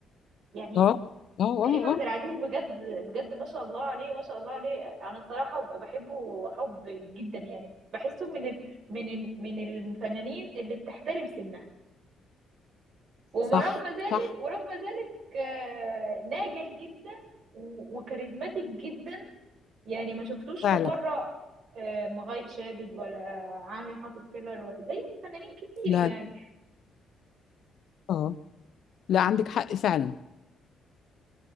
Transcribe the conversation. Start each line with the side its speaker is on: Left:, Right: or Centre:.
Right: يعني
Left: اه اه
Right: كريم
Left: اه
Right: عبد
Left: اه
Right: العزيز بجد بجد ما شاء الله عليه ما شاء الله عليه انا الصراحه ب- بحبه حب جدا يعني بحسه من ال من ال من الفنانين اللي بتحترم سنها وما
Left: صح
Right: رغم ذلك
Left: صح
Right: ورغم ذلك آه، ناجح جدا و- وكاريزماتيك جدا يعني ما شفتوش
Left: فعلا
Right: في مره آه، مغاي شادد ولا عامل حاطط فيلر ولا- زي ما فنانين كتير
Left: لا
Right: يعني
Left: اه لا عندك حق فعلا